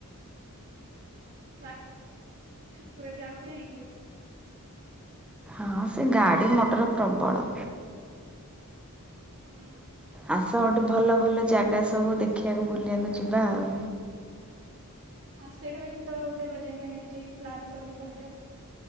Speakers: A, on the right; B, in the centre.
A: ଟ୍ରାଫିକ୍ ପୁରା ଜାମ ହୁଏନି କି?
B: ହଁ ସେ ଗାଡ଼ି ମଟର ପ୍ରବଳ।
A: ହୁଁ।
B: ଆସ ଗୋଟେ ଭଲ ଭଲ ଜାଗା ସବୁ ଦେଖିବାକୁ ବୁଲିବାକୁ ଯିବା ଆଉ।
A: ଆଉ ସେଇଟା ପା କେତେବେଳେ ଗୋଟେ ବାଟେ ଆମେ ଦି ପ୍ଲାନ୍ କରି ବାହାରିବା।